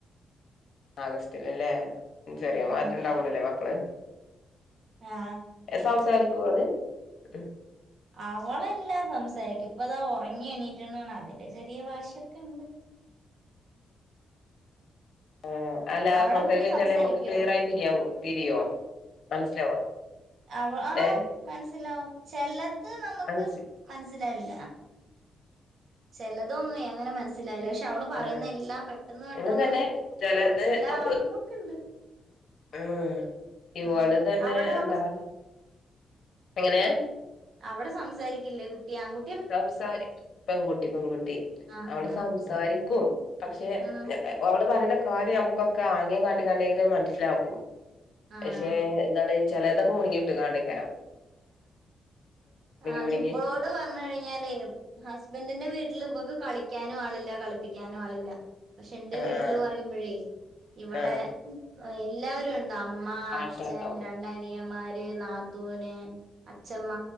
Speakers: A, on the left (about 60°); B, on the right (about 60°).
A: ആഗസ്റ്റില്ല്ലേ ചെറിയ
B: ഉം
A: മാറ്റണ്ടാവൊള്ളൂല്ലേ മക്കള്
B: ആ
A: സംസാരിക്കോള് ഉം
B: അവളല്ലാം സംസാരിക്കും ഇപ്പതാ ഉറങ്ങി എണീറ്റുണ് അതിന്റെ ചെറിയ വാശിയൊക്കെണ്ട്
A: ഏഹ് അല്ല
B: അവിടെ
A: സംസാരിക്കാ
B: കുട്ടി
A: വെച്ചാല്
B: സംസാരിക്കുവോ
A: നമുക്ക് ക്ലിയർ ആയി തിരിയാവോ തിരിയോ <unintelligible>
B: അവ ആഹ്
A: ഏ
B: മനസിലാവും ചെലത് നമ്മക്ക്
A: മനസ്
B: മനസിലാവില്ല ചെലതൊന്നും അങ്ങനെ മൻ സ്സിലാവൂല്ല ക്ഷെ അവള് പറയുന്ന
A: ആ
B: എല്ലാം പെട്ടെന്ന് പെട്ടെന്ന്
A: ഇവള് തന്നെ ചിലത്
B: മനസ്സിലാവുന്നൊക്ക്‌ണ്ട്
A: നമുക്ക് ഉം ഇവള്
B: ഉം
A: തന്നെ
B: അവിടെ
A: എന്താ
B: അവസ്
A: എങ്ങനെ
B: അവിടെ സംസാരിക്കില്ലേ കുട്ടി ആൺ കു
A: സംസാരി പെൺകുട്ടി പെൺകുട്ടി
B: ആഹ്
A: അവള്
B: ആഹ്
A: സംസാരിക്കും
B: ഉം
A: പക്ഷെ ഓളോട് പറയുന്ന കാര്യം നമുക്കൊക്കെ ആങ്യം കാട്ടിക്കാണ്ടെങ്കിലും മനസ്സിലാക്കും
B: ആഹ്
A: പക്ഷെ എന്താണ് ചിലതൊക്കെ മുണുങ്ങിവിട്ട്കാണ്ടേക്കാരം
B: അത്
A: മുണുങ്ങി
B: വ്വളോട് പർഞ്ഞു കഴ്‌ഞ്ഞാലേ ഹസ്ബന്റിന്റെ വീ ല് വ്വക്ക് കളിക്കാനും ആളില്ല കളിപ്പിക്കാനും ആളില്ല പക്ഷെ ന്റെ
A: ആ
B: വീട്ടില്
A: ആ
B: പറയുമ്പോഴേ
A: ആ
B: ഇവിടെ
A: ആ
B: എല്ലാവരും ഉണ്ട് അം മ്മ
A: ആൾക്കാരുണ്ടാവും
B: അച്ഛൻ രണ്ട് അനിയന്മാര് നാ ത്തൂന് അച്ഛമ്മ